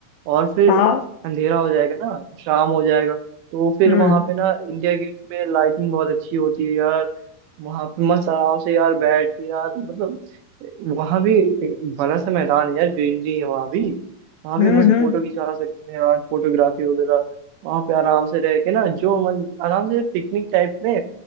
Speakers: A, on the right (about 85°); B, on the left (about 85°).
A: और फिर
B: हाँ
A: अंधेरा हो जाएगा ना शाम हो जाएगा तो फिर
B: हम्म
A: वहां पे ना इंडिया गेट में लाइटिंग बहुत अच्छी होती है यार वहां पे मस्त आराम से यार बैठ के यार मतलब वहां भी बड़ा सा मैदान है यार ग्रीनरी है वहां भी वहां
B: हम्म
A: भी मस्त
B: हम्म
A: फोटो खिंचा सकते हैं यार फोटोग्राफी वगैरह वहां पे आराम से रह के ना जो मन आराम से पिकनिक टाइप में